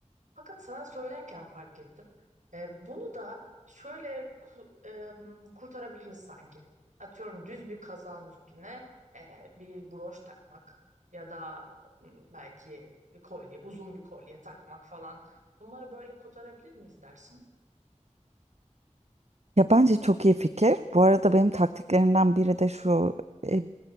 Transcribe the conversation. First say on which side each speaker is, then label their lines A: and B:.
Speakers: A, on the right; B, on the right.
A: Fakat sana söylerken fark ettim. E, bunu da şöyle ku- e, kurtarabiliriz sanki. Atıyorum düz bir kazağın üstüne e, bir broş takmak ya da m, belki bir kolye, uzun bir kolye takmak falan. Bunları böyle kotarabilir miyiz dersin?
B: Ya bence çok iyi fikir. Bu arada benim taktiklerimden biri de şu. e,